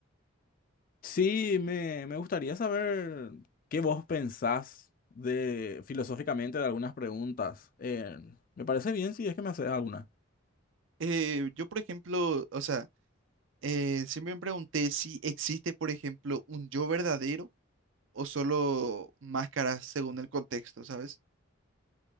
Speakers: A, on the left; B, on the right.
A: Sí, me, me gustaría saber qué vos pensás de filosóficamente de algunas preguntas. Eh, me parece bien si es que me haces alguna.
B: Eh, yo, por ejemplo, o sea, eh, siempre me pregunté si existe, por ejemplo, un yo verdadero o solo máscaras según el contexto, ¿sabes?